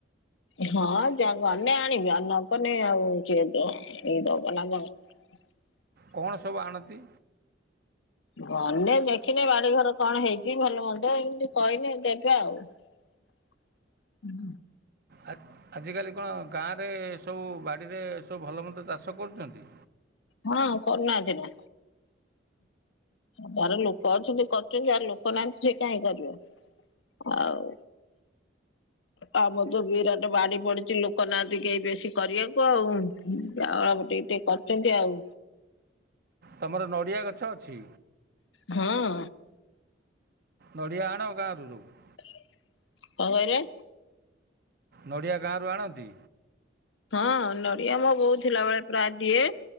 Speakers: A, on the left; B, on the right.
A: ହଁ, ଜ ଗଲେ ଆଣିବି ଆଉ ନଗଲେ ଆଉ କିଏ ଦ ଆଣିକି ଦବ -- ତୋ ନାଁ କଣ <unintelligible>
B: କଣ ସବୁ ଆଣନ୍ତି?
A: ଗନେ ଦେଖିଲେ, ବାଡି ଘର କଣ ହେଇଛି, ଭଲ ମନ୍ଦ, ଏମତି କହିଲେ ଦେବେ ଆଉ ହୁଁ
B: ଆ ଆଜିକାଲି କଣ ଗାଁରେ ସବୁ ବାଡ଼ିରେ, ସବୁ ଭଲମନ୍ଦ, ଚାଷ କରୁଚନ୍ତି?
A: ହଁ, କରୁନାହାନ୍ତି ନା ଯାହାର ଲୋକ ଅଛନ୍ତି କରୁଛନ୍ତି, ଯାହାର ଲୋକ ନାହାଁନ୍ତି ସେ କାହିଁ କରିବ? ଆଉ ଆମର ତ ବିରାଟ ବାଡି ପଡିଛି ଲୋକ ନାହାନ୍ତି କେହି ବେଶୀ କରିବାକୁ ଆଉ <unintelligible> ଟିକେ କରିଚନ୍ତି ଆଉ
B: ତମର ନଡ଼ିଆ ଗଛ ଅଛି?
A: ହଁ।
B: ନଡ଼ିଆ ଆଣ ଗାଁରୁ ସବୁ
A: କଁଅ କହିଲେ?
B: ନଡ଼ିଆ ଗାଁରୁ ଆଣନ୍ତି?
A: ହଁ ନଡିଆ ମୋ ବୋଉ ଥିଲା ବେଳେ ପ୍ରାଏ ଦିଏ,